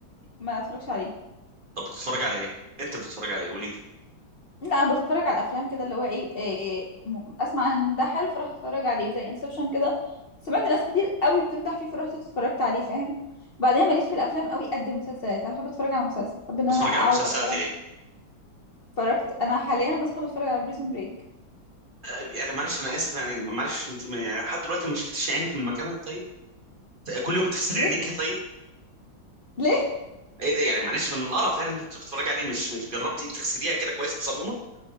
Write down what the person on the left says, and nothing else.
ما اتفرجش عليه
لا انا بتفرج على الافلام كده اللي هو ايه, إيه م- اسمع ان ده حلو فراح اتفرج عليه زي انسبشن كده سمعت ناس كتير قوي بتمدح فيه فرحت اتفرجت عليه فاهم وبعدين ماليش في الافلام قوي قد المسلسلات انا بحب اتفرج على مسلسل بحب ان
انا اقعد
اتفرج
اتفرجت انا حاليا مثلا بتفرج على بريزون بريك
ليه
ليه